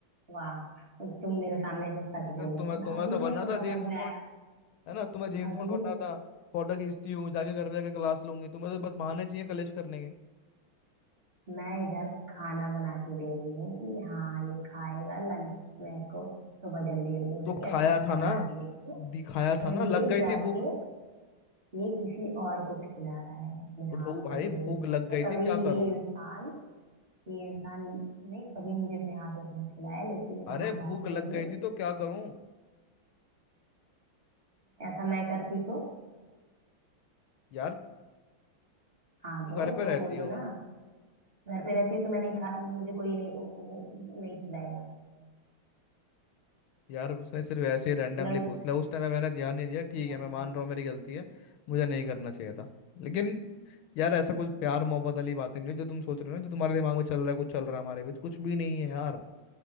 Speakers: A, on the right; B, on the left.
A: वाह तो तुम मेरे सामने से सच
B: लेकिन
A: बोल
B: तुम्हें
A: देते ना
B: तुम्हें
A: अभी
B: तो बनना
A: मेरे को
B: था जेम्स
A: समझ में
B: बॉन्ड
A: आया
B: है ना तुम्हें जेम्स
A: अभी
B: बॉन्ड बनना
A: मुझे
B: था फोटो खींचती हूँ जाके घर पे जाके क्लास लूंगी तुम्हें तो बस बहाने चाहिए कलेश करने के
A: मैं इधर खाना बना के दे रही हूँ कि हाँ ये खाएगा लंच में इसको सुबह जल्दी जल्दी उठ
B: तो
A: के
B: खाया
A: अच्छा अच्छा
B: था ना
A: बना के देती हूँ
B: दिखाया
A: और
B: था ना लग
A: ये
B: गई
A: जाके
B: थी भूख
A: ये किसी और को खिला रहा है अपने
B: तो
A: हाथ
B: भू भाई
A: को सूंघ
B: भूख
A: रहा है।
B: लग गई
A: ये कभी
B: थी क्या करूं
A: ये इंसान ये इंसान ने कभी मुझे अपने हाथों से नहीं खिलाया लेकिन वहां
B: अरे
A: जाके
B: भूख लग
A: ये
B: गई थी तो क्या करूं
A: ऐसा मैं करती तो
B: यार
A: हाँ
B: तुम
A: दो
B: घर पे
A: तो
B: रहती
A: बोलो
B: हो
A: ना घर पे रहती हूँ तो मैं नहीं खा मुझे कोई नहीं वो- वो- नहीं खिलाएगा
B: यार उसने सिर्फ ऐसे ही रैंडमली
A: मतलब
B: पूछ लिया उस टाइम पे मैंने ध्यान नहीं दिया ठीक
A: रैंडम
B: है मैं मान रहा हूँ मेरी गलती है मुझे नहीं करना चाहिए था लेकिन यार ऐसा कुछ प्यार मोहब्बत वाली बातें नहीं है जो तुम सोच रहे हो ना जो तुम्हारे दिमाग में चल रहा है कुछ चल रहा है हमारे बीच कुछ भी नहीं है यार